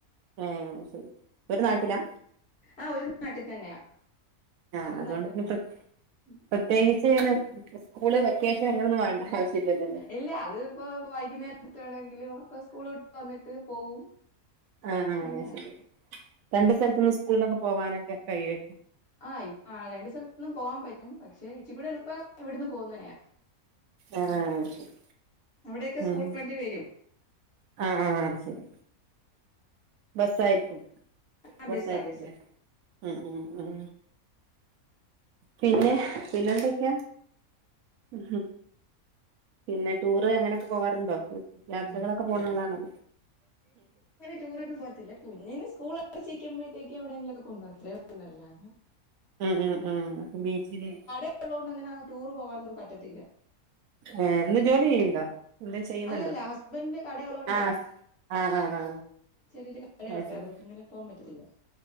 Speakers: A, on the right; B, on the left.
A: ഏഹ് ശരി ഒരു നാട്ടിലാ
B: ആഹ് ഒരു നാട്ടി തന്നെയാ
A: ആഹ്
B: ഒരു
A: അതുകൊണ്ട്
B: നാട്ടിൽ തന്നെയാ
A: പിന്നെ പ്ര പ്രത്യേകി
B: ഉം.
A: ച്ചേനും സ്കൂള് വെക്കേഷന് അങ്ങനൊന്നും വേണ്ട ആവശ്യല്ലല്ലോ
B: ഇല്ല അത്പ്പോ വൈകുന്നേരത്തേണെങ്കിലും ഇപ്പൊ സ്കൂള് വിട്ട് വന്നിട്ട് പോവും
A: ആഹ്
B: അങ്ങനെയാ
A: അത് ശരി രണ്ട് സ്ഥലത്ത്ന്ന് സ്കൂളിനൊക്കെ പോവാനൊക്കെ കഴിയുവായിരിക്കും
B: ആഹ് ഇപ്പ രണ്ടു സ്ഥലത്തൊന്നും പോവാൻ പറ്റും പക്ഷെ ഇച്ചി കൂടി എളുപ്പം എവിടുന്ന് പോകുന്നയാ
A: ആഹ് ശരി
B: അവിടെയൊക്കെ സ്കൂൾ
A: ഉം
B: വണ്ടി വരും
A: ആഹ് ആഹ് ശരി ബസ്സ് ആയിരിക്കും
B: ആ
A: ബസ്സ്
B: ബസ്സാ
A: ആയിരിക്കുംല്ലേ
B: ബസ്
A: ഉം ഉം ഉം പിന്നെ പിന്നെന്തൊക്കെയാ ഉം ഉം പിന്നെ ടൂറ് അങ്ങനെയൊക്കെ പോവാറുണ്ടോ യാത്രകളൊക്കെ
B: അങ്ങനെ ടൂർ
A: പോണ ആള് ആണോ
B: ടൂർ ഒന്നും പോത്തില്ല കുഞ്ഞിന് സ്കൂൾ അടച്ചു നിക്കുമ്പോഴേക്കും എവിടെ എങ്കിലും ഒക്കെ കൊണ്ട്പോകും അത്രേ ഉള്ളൂ അല്ലാതെ -
A: ഉം ഉം ഉം അപ്പം ബീച്ചിലെ-
B: ഉള്ളതുകൊണ്ട് അങ്ങനെ ടൂർ പോവാനൊന്നും പറ്റത്തില്ല
A: ഏ ഇന്ന് ജോലി ചെയ്യ്യുണ്ടോ എന്തേ ചെയ്യുന്നുണ്ടോ
B: അല്ലല്ല ഹസ്ബൻഡിന്റെ കടയുള്ളോണ്ടേ
A: ആഹ് ആഹ് ആഹ്
B: ചെറിയൊരു കടയുണ്ട്
A: അത് ശരി
B: അതുകൊണ്ട് അങ്ങനെ പോകാൻ പറ്റത്തില്ല